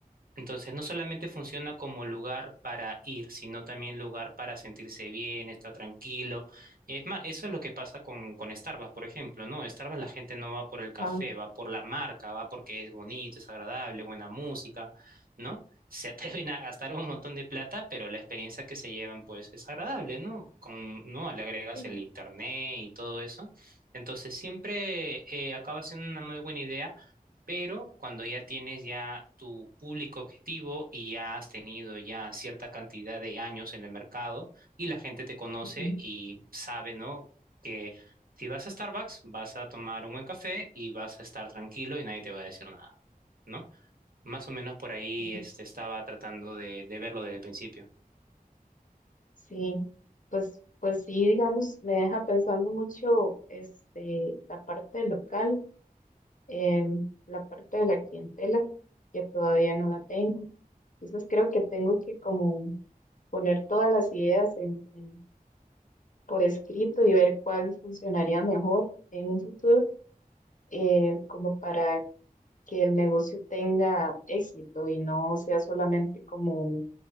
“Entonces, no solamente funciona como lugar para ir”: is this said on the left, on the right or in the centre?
Right